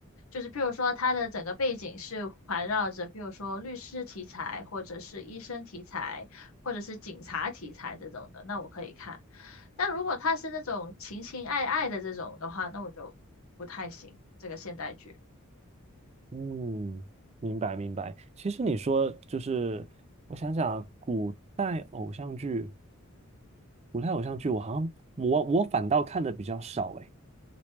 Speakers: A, on the left; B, on the right.
A: 就是譬如说，它的整个背景是环绕着，譬如说律师题材，或者是医生题材，或者是警察题材这种的，那我可以看。但如果它是那种情情爱爱的这种的话，那我就不太行。这个现代剧，
B: 嗯，明白明白。其实你说就是，我想想啊，古代偶像剧，古代偶像剧，我好像我我反倒看的比较少诶，